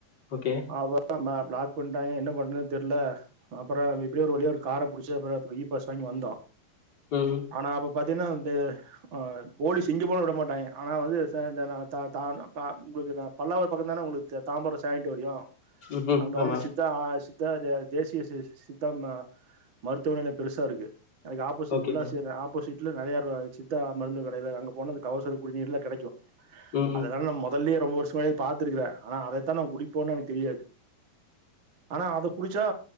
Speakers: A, on the left (about 35°); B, on the right (about 50°).
A: ஓகே
B: அப்ப ந பிளாக் பண்ணிட்டாங்க என்ன பண்றதுன்னு தெரில்ல அப்பறோ இப்படியோ ஒரு வழியா ஒரு கார புடிச்சு அப்றோ இபாஸ் வாங்கி வந்தோ
A: ம்
B: ஆனா அப்ப பாத்தீங்கன்னா வந்து ஆ போலீஸ் இங்க கூட விட மாட்டாங்க ஆனா வந்து ச இந்த தாத்தா அப்பா உங்க பல்லாவர பக்கம் தான ஒங்களுக்கு தாம்பரோ சேனிடோரியோ
A: ம் ம்
B: அங்க
A: ஆமா
B: வந்து சித்தா சித் தா அது தேசிய சி சித்தா ம மருத்துமனைல பெருசா இருக்கு அதுக்கு ஆப்போசிட்
A: ஓகே
B: ஃபுல்லா
A: ப்ரோ
B: ஆ ஆப்போசிட்ல நிறைய சித்தா மருந்து கடையில்ல அங்க போனா இந்த கபசுர குடிநீர்லா கெடைக்கு
A: ம்
B: அதனால
A: ம்
B: நம்ம மொதல்லயே ரொம்ப வருஷமாவே பாத்திருக்கிறே ஆனா அதைத்தானா குடிப்போன்னு எனக்கு தெரியாது ஆனா அத குடிச்சா